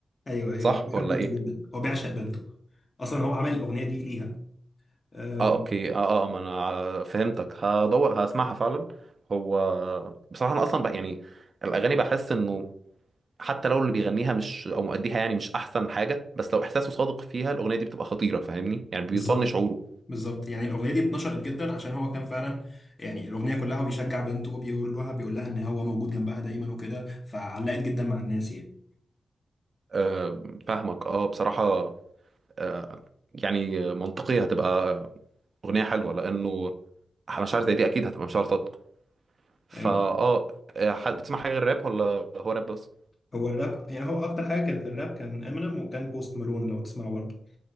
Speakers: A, on the left (about 40°); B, on the right (about 55°).
A: ايوه ايوه
B: صح
A: هو بيحب
B: ولا
A: بنته
B: ايه
A: جدا هو بيعشق بنته اصلا هو عمل الاغنيه دي ليها أم،
B: اه اوكي اه اه ما انا فهمتك هدور هسمعها فعلا هو بصراحه انا اصلا بقى يعني الاغاني بحس انه حتى لو اللي بيغنيها مش او مؤديها يعني مش احسن حاجه بس لو احساسه صادق فيها الاغنيه دي بتبقى خطيره فاهمني يعني بيوصلني
A: بالظبط
B: شعوره
A: بالظبط يعني الاغنيه دي اتنشرت جدا عشان هو كان فعلا يعني الاغنيه كلها هو بيشجع بنته بيقول لها بيقول لها ان هو موجود جنبها دايما وكده فعلقت جدا مع الناس يعني
B: آه فاهمك اه بصراحه آه يعني منطقيه هتبقى اغنيه حلوه لانه مشاعر زي دي اكيد هتبقى مشاعر صادقه فاه
A: ايوه
B: آه، آه، حد بتسمع حاجه غير الراب ولا هو راب بس
A: هو الراب يعني هو اكتر حاجه كانت الراب كان امينيم وكان بوست مالون لو تسمعه برضه